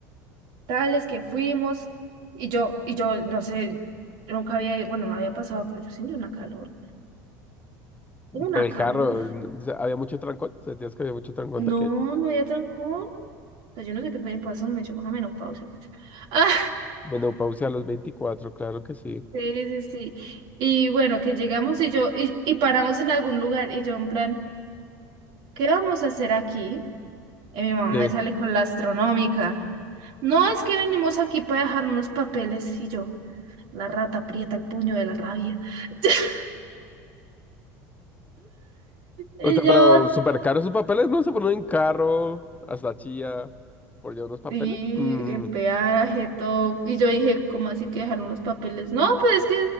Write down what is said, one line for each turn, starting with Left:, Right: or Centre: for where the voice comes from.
Right: Tales que fuimos y yo, y yo, no sé, nunca había, bueno, me había pasado, pero yo sentí una calor. Una
Left: Pero el
Right: calor.
Left: carro, n- o sea, había mucho trancón. Sentías que había mucho trancón
Right: No,
Left: de aquello.
Right: no había trancón. Pues yo no sé qué me pasó, me echó una menopausia. pucha. <laughs> Ah,
Left: Menopausia a los veinticuatro claro que sí.
Right: sí, sí, sí. Y bueno, que llegamos y yo, y, y paramos en algún lugar y yo en plan, ¿qué vamos a hacer aquí? Y mi mamá
Left: Sí.
Right: me sale con la astronómica. No, es que venimos aquí para dejar unos papeles y yo, la rata aprieta el puño de la rabia. <laughs> Y
Left: O sea,
Right: yo,
Left: pero súper caro sus papeles, ¿no? Se ponen en carro hasta Chía por llevar unos papeles.
Right: Y
Left: Mm,
Right: el peaje, todo. Y yo dije, ¿cómo así que dejaron los papeles? No, pues es que